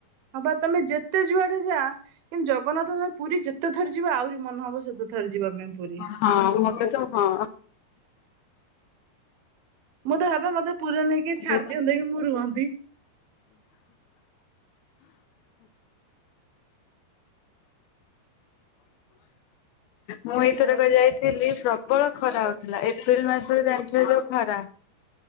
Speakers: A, on the right; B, on the left.
A: ହଁ ବା ତମେ ଯେତେ ଯୁଆଡେ ଯା କିନ୍ତୁ ଜଗନ୍ନାଥ ଅ ପୁରୀ ଯେତେ ଥର ଯିବ ଆହୁରି ମନେ ହବ ସେତେ ଥର ଯିବା ପାଇଁ ପୁରୀ।
B: ହଁ ମୋତେ ତ ହଁ।
A: ମୁଁ ତ ଭାବେ ମତେ ପୁରା ନେଇକି ଛାଡି
B: ଯେ
A: ଦିଅନ୍ତି କିି ମୁଁ ରୁହନ୍ତି।
B: ମୁଁ ଏଇଥରକ
A: ଆଉ
B: ଯାଇଥିଲ ଦିଲ୍ଲୀ ପ୍ରବଳ ଖରା ହଉଥିଲା ଏପ୍ରିଲ ମାସରେ ଜାଣିଥିବେ ଯୋଉ ଖରା।